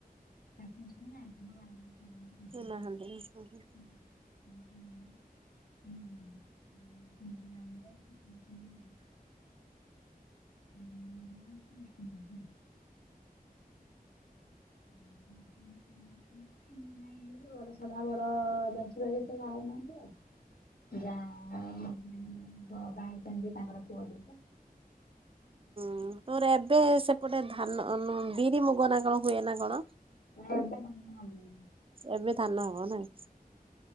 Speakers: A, on the left (about 70°); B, on the right (about 35°).
A: <inaudible>
B: ସିଏ ନାହାନ୍ତି ଉଁ ହଁ।
A: <inaudible> <inaudible> <inaudible> <inaudible> <unintelligible> ଯା ମୋର ମଝିଆ ପୁଅ ବାହା‌ହେଇଛନ୍ତି ତାଙ୍କର ପୁଅ ଦି ଟା
B: ହୁଁ ପୁରା ଏବେ ସେପଟେ ଧାନ ବିରି ମୁଗ ନା କଣ ହୁଏ ନା କଣ।
A: <inaudible>
B: ଏବେ ଧାନ ହବ ନାଇଁ।